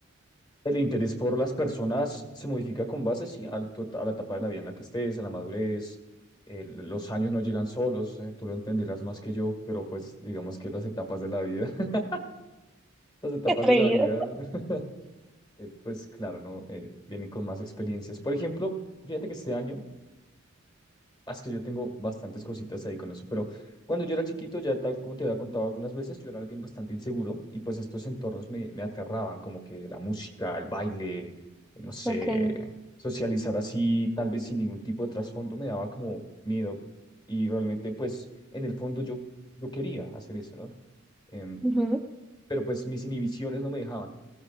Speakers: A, on the left; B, in the centre.
A: el interés por las personas se modifica con base, sí, a la, tu- a la etapa de
B: <laughs>
A: la vida en la que estés, a la madurez, el- los años no llegan solos, eh, tú lo entenderás más que yo, pero pues digamos que las etapas de la vida, <laughs> las etapas
B: Qué atrevido.
A: de la vida, <laughs> eh, pues claro, ¿no? Eh, vienen con más experiencias. Por ejemplo, fíjate que este año... Ah, Es que yo tengo bastantes cositas ahí con eso, pero cuando yo era chiquito, ya tal como te había contado algunas veces, yo era alguien bastante inseguro y pues estos entornos me, me aterraban, como que la música, el baile, no sé,
B: Ok.
A: socializar así, tal vez sin ningún tipo de trasfondo, me daba como miedo y realmente pues en el fondo yo, yo quería hacer eso, ¿no? Em,
B: ujú,
A: pero pues mis inhibiciones no me dejaban.